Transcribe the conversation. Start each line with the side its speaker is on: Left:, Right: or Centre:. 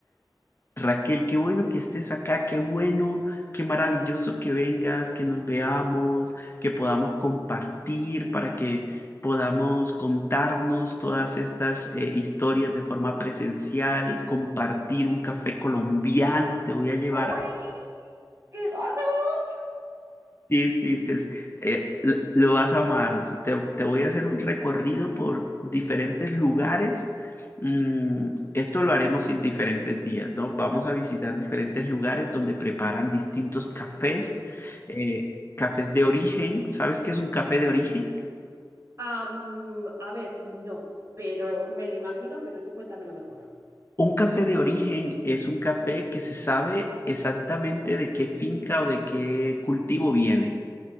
Left: Raquel, qué bueno que estés acá, qué bueno, qué maravilloso que vengas, que nos veamos, que podamos compartir para que podamos contarnos todas estas eh, historias de forma presencial, compartir un café colombiano, te voy a llevar.
Right: ¡Ay, qué ganas!
Left: Sí, sí, es que es- eh, l- lo vas a amar. So, Te, te voy a hacer un recorrido por diferentes lugares. Mm, esto lo haremos en diferentes días, ¿no? Vamos a visitar diferentes lugares donde preparan distintos cafés, eh, cafés de origen. ¿Sabes qué es un café de origen?
Right: Am, a ver, no, pero me lo imagino, pero tú cuéntamelo mejor.
Left: Un café de origen es un café que se sabe exactamente de qué finca o de qué cultivo viene.